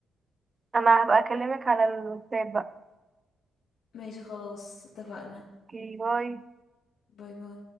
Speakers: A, on the right; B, on the left.
A: انا هبقى اكلمك على الواتساب بقى
B: ماشي خلاص اتفقنا
A: اوكي باي
B: باي باي